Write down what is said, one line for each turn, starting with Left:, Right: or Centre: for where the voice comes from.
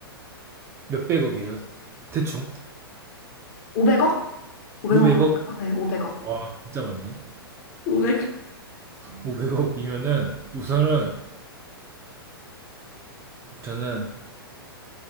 Right: 몇백억이에요? 대충?
Left: 500억? 500억으로
Right: 500억?
Left: 할까요? 네, 500억.
Right: 와 진짜 많네
Left: 500억.
Right: 500억이면은 우선은 저는